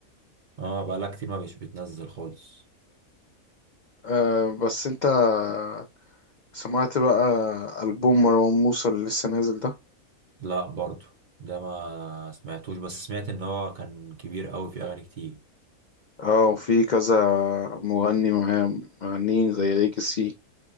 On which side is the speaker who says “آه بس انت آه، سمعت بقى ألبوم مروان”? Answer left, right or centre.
Left